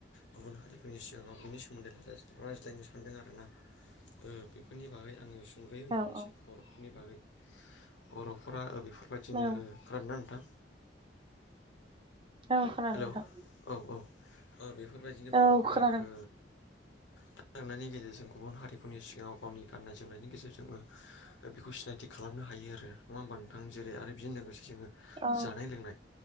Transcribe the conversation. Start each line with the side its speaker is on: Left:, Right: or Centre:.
Left: गुबुन हारिफोरनि सिगाङाव बिनि सोमोन्दै रायज्लायनो सानदों आरोना उम बेफोरनि बागै आङो खुगायो <unintelligible> होनग्रोनोसै
Right: हागोन
Left: बर'फोरनि बागै बर'फोरा बेफोरबायदिनो
Right: नोंथां औ
Left: ओ खोनादों ना नोंथां
Right: औ खोनादों
Left: हेलौ
Right: नोंथां
Left: औ औ ओ बेफोरबायदिनो बर'फोरा
Right: औ खोनादों
Left: ओ जानाय लोंनायनि गेजेरजों गुबुन हारिफोरनि सिगाङाव गावनि गाननाय जोमनायनि गेजेरजोंबो बेखौ सिनायथि खालामनो हायो आरो नङा होमबा नोंथां जेरै आरो बेजों लोगोसे जोङो
Right: औ
Left: जानाय लोंनाय